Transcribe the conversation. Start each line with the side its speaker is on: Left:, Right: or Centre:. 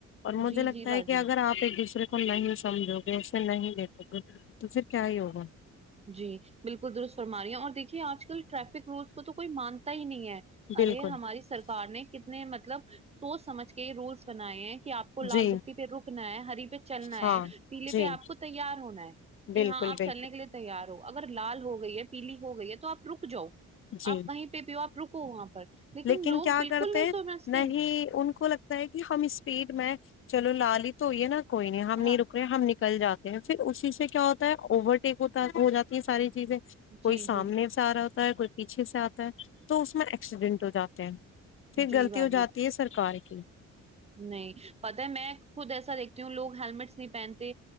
Left: اور مجھے
Right: جی
Left: لگتا
Right: جی
Left: ہے
Right: باجی
Left: کہ اگر آپ ایک دوسرے اس کو نہیں سمجھو گے اسے نہیں دیکھو گے تو پھر کیا ہی ہوگا
Right: جی بالکل درست فرمایا اور دیکھیے آج کل ٹریفک رولس کو تو کوئی مانتا ہی نہیں ہے
Left: بالکل
Right: ارے ہماری سرکار نے کتنے مطلب سوچ سمجھ کے رولس بنائے ہیں کہ آپ کو لال
Left: جی
Right: بتی پہ روکنا ہے ہری پہ چلنا
Left: ہاں
Right: ہے پیلے
Left: جی
Right: پہ آپ کو تیار ہونا ہے کہ
Left: بالکل
Right: ہاں آپ
Left: بل
Right: چلنے کے لیے تیار ہو اگر لال ہو گئی ہے پیلی ہو گئی ہے تو آپ رک جاؤ
Left: جی
Right: آپ وہیں پہ بھی ہو آپ رکو وہاں پر
Left: لیکن
Right: لوگ
Left: کیا
Right: بالکل
Left: کرتے
Right: نہیں سمجھتے
Left: نہیں ان کو لگ ٹا ہے کہ ہم اسپیڈ میں چلو لال ہی تو ہوئی ہے نا کوئی نہیں ہم نہیں
Right: ہاں
Left: رک ہم نکل جاتے ہیں پھر اسی سے کیا ہوتا ہے اوورٹیک ہوتا ہو جاتی ہے ساری چیزیں کوئی
Right: جی
Left: سامنے
Right: جی
Left: سے آ رہا ہوتا ہے کوئی پیچھے سے آتا ہے تو اس میں ایکسیڈنٹ ہو جاتے ہیں پھر
Right: جی
Left: غلطتی
Right: باجی
Left: ہو جاتی ہے سرکار کی
Right: نہیں پتہ ہے میں خود ایسا دیکھتی ہوں لوگ ہیلمٹس نہیں پہنتے